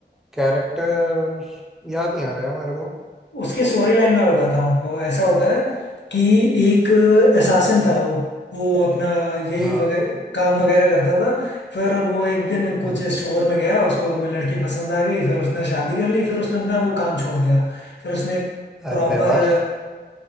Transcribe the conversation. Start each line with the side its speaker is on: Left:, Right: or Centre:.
Centre: कैरेक्टर याद नहीं आ रहा है मेरे को
Left: उसके स्टोरी लाइन मैं बताता हूँ आपको ऐसा होता है कि एक असासिन था वो वो अपना यही
Centre: हाँ
Left: वगैरह काम वगैरह करता था फिर वो एक दिन कुछ
Centre: हम्म,
Left: स्टोर में गया उसको कोई लड़की पसंद आ गई फिर उसने शादी कर ली फिर उसने अपना वो काम छोड़ दिया फिर उसने प्रॉपर
Centre: अरे वाह